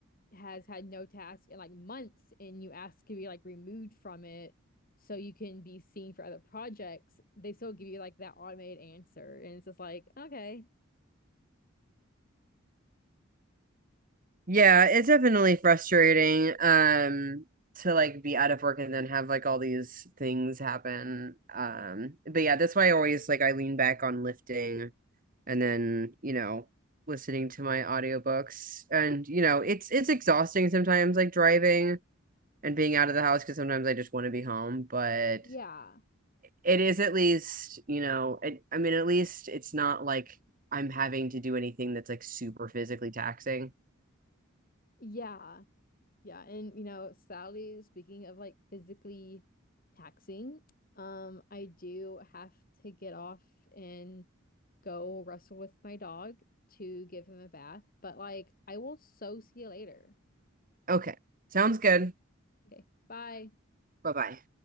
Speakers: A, on the left (about 45°); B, on the right (about 40°).
A: has had no task in like months and you ask to be like removed from it so you can be seen for other projects, they still give you like that automated answer. And it's just like, okay,
B: Yeah, it's definitely frustrating um to like be out of work and then have like all these things happen. Um but yeah, that's why I always like I lean back on lifting and then, you know, listening to my audiobooks. And you know, it's it's exhausting sometimes like driving and being out of the house because sometimes I just want to be home, but
A: yeah,
B: it is at least, you know, it, I mean at least it's not like I'm having to do anything that's like super physically taxing.
A: yeah, yeah. And you know, sadly, speaking of like physically taxing, um, I do have to get off and go wrestle with my dog to give him a bath. But like, I will so see you later.
B: Okay. Sounds good.
A: Okay, bye.
B: Bye-bye.